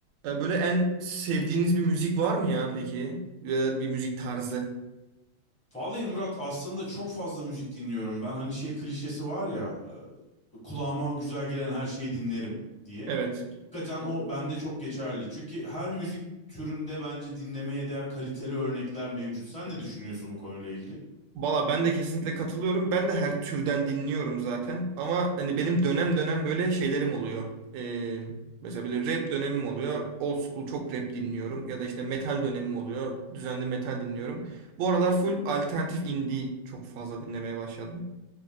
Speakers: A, on the right (about 75°); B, in the centre.
A: E, böyle en sevdiğiniz bir müzik var mı ya peki? Veya bir müzik tarzı.
B: Vallahi Murat aslında çok fazla müzik dinliyorum. Ben hani şey klişesi var ya e, kulağıma güzel gelen her şeyi dinlerim diye.
A: Evet.
B: Hakikaten o bende çok geçerli. Çünkü her müzik türünde bence dinlemeye değer kaliteli örnekler mevcut. Sen ne düşünüyorsun bu konuyla ilgili?
A: Valla ben de kesinlikle katılıyorum. Ben de her türden dinliyorum zaten. Ama hani benim dönem dönem böyle şeylerim oluyor. E, mesela böyle rap dönemim oluyor. Old school çok rap dinliyorum. Ya da işte metal dönemim oluyor. Düzenli metal dinliyorum. Bu aralar full alternatif indie çok fazla dinlemeye başladım.